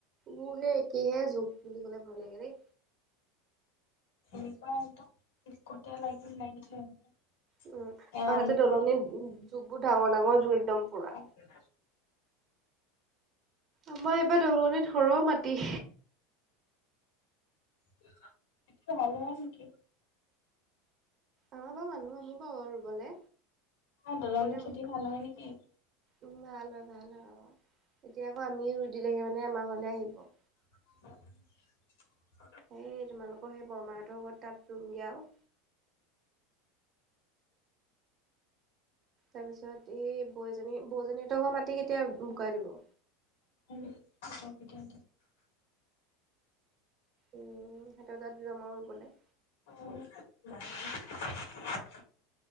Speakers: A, on the right; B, on the left.
A: মোৰহে একেহে জুক বুলি ক'লে ভয় লাগে ৰে।
B: এনেকুৱা একদম <unintelligible>
A: উম,
B: এৰালো
A: আৰু তাতে দলনিত
B: এনেকে
A: যুক বোৰ ডাঙৰ, ডাঙৰ যুগ একদম পোৰা।
B: এনে আছো।
A: আমাৰ এইবাৰ দৰণিত সৰহ মাটি।
B: <unintelligible> ভাল নহয় নেকি?
A: আমাৰ বা মানুহ আহিব অ' ৰুবলে।
B: অ' দৰন
A: আকৌ এতিয়া
B: খেতি ভাল নহয় নেকি?
A: উম, ভাল হয়, ভাল হয় অ' এতিয়া আকৌ আমিয়ে ৰুই দিলেগে মানে আমাৰ ঘৰলে আহিব।
B: <inaudible>
A: এই তোমালোকৰ সেই বৰমাহঁতৰ ঘৰত তাত ৰুম গে আৰু। তাৰপিছত এই বৌএজনী বৌজনী হতৰ মাটি কেতিয়া বুকা দিব?
B: <unintelligible> দিয়া।
A: উম, সিহঁতৰ তাত ৰম আৰু ৰুবলে।
B: অ' <unintelligible>